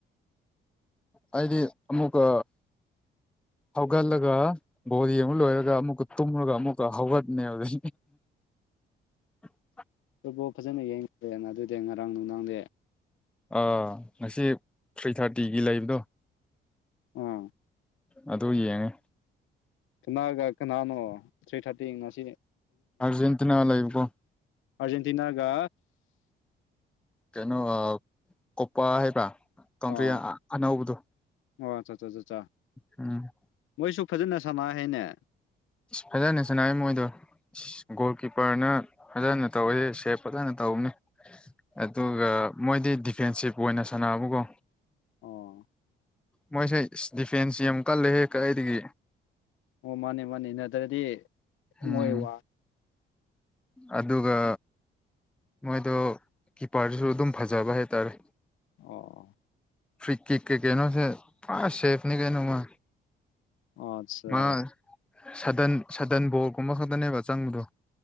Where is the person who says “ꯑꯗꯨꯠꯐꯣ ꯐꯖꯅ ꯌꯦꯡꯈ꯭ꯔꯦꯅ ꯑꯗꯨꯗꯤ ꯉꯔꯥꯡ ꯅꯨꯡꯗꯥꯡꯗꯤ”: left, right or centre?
Left